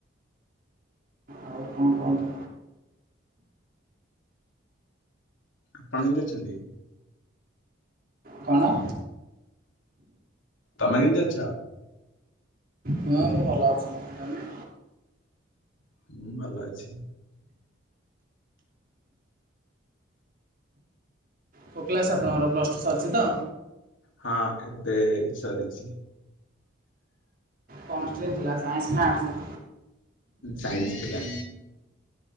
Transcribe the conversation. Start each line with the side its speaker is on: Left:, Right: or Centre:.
Right: ଆଉ କଣ କୁହନ୍ତୁ?
Left: ଆପଣ କେମିତି ଅଛନ୍ତି?
Right: କଣ?
Left: ତମେ କେମିତି ଅଛ?
Right: ହଁ ମୁଁ ଭଲ ଅଛି ତମେ?
Left: ହୁଁ ଭଲ ଅଛି।
Right: କୋଉ କ୍ଲାସ୍ ଆପଣଙ୍କର ପ୍ଲସ୍ ଟୁ ସରିଛି ତ?
Left: ହଁ ଏବେ ସରିଛି।
Right: କ ଷ୍ଟ୍ରିମ ଥିଲା? ସାଇନ୍ସ ନା ଆର୍ଟ୍ସ?
Left: ସାଇନ୍ସ ଥିଲା।